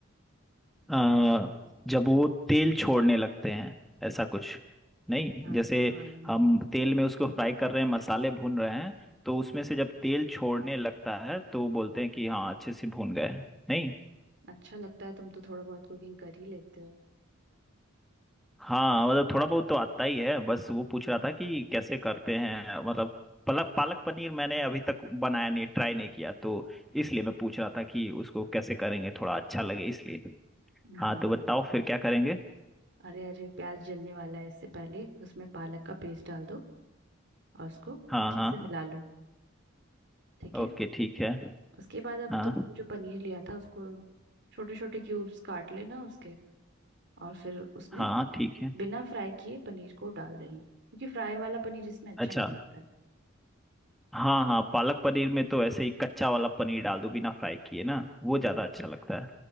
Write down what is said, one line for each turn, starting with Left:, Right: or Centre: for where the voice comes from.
Centre: अ, जब वो तेल छोड़ने लगते हैं ऐसा कुछ नहीं
Right: अच्छा
Centre: जैसे
Right: हाँ हाँ
Centre: हम तेल में उसको फ्राई कर रहे हैं मसाले भून रहे हैं तो उसमें से जब तेल छोड़ने लगता है तो बोलते हैं कि हाँ अच्छे से भून गए हैं। नहीं
Right: अच्छा लगता है तुम तो थोड़ा बहुत कुकिंग कर ही लेते हो
Centre: हाँ मतलब थोड़ा बहुत तो आता ही है बस वो पूछ रहा था कि कैसे करते हैं मतलब पालक पालक पनीर मैंने अभी तक बनाया नहीं ट्राई नहीं किया तो इसलिए मैं पूछ रहा था कि उसको कैसे करेंगे थोड़ा अच्छा लगे इसलिए
Right: हाँ
Centre: हाँ तो बताओ फिर क्या करेंगे
Right: अरे अरे प्याज जलने वाला है इससे पहले उसमें पालक का पेस्ट डाल दो और उसको
Centre: हाँ
Right: अच्छे
Centre: हाँ
Right: से मिला लो ठीक है
Centre: ओके ठीक है
Right: उसके बाद अब
Centre: हाँ
Right: तुमने जो पनीर लिया था उसको छोटे छोटे क्यूब्स काट लेना उसके और फिर उसमें
Centre: हाँ ठीक है
Right: बिना फ्राई किए पनीर को डाल देना क्योंकि फ्राई वाला पनीर इसमें अच्छा
Centre: अच्छा
Right: नहीं लगता है
Centre: हाँ हाँ पालक पनीर में तो ऐसे ही कच्चा वाला पनीर डाल दो बिना फ्राई किए ना वो ज्यादा अच्छा लगता है